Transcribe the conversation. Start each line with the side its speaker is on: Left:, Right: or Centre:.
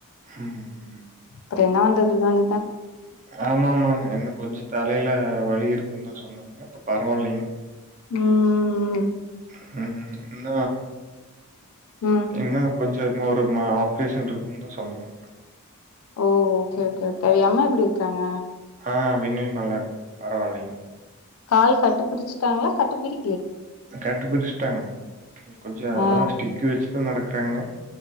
Right: ம் ம்
Left: அப்புற என்ன வண்றது இதான
Right: ஆமாமாங்க என்ன கொஞ்ச தலையில வழி இருக்குன்னு தா சொன்னாங்க இப்ப பரவாயில்லைங்க
Left: உம்
Right: ஹ்ம் என்ன
Left: ம்
Right: என்ன கொஞ்சொ இன்னு ஒரு மா ஆப் பேசன் இருக்குன்னு தா சொன்னாங்க
Left: ஓ ஓகே ஓகே கே அவ அம்மா எப்படி இருக்காங்க
Right: ஆஹ் அவிங்களு நல்லாருக்காங்க பரவாயில்லைங்
Left: கால் கட்டுப்பிச்சட்டாங்களா கட்டுப்பிரி
Right: கட்டு பிரிச் ட்டாங்க கொஞ்ச அத
Left: ஆ
Right: ஸ்டிக் வச்சி ட்டு நடக்கறாங்க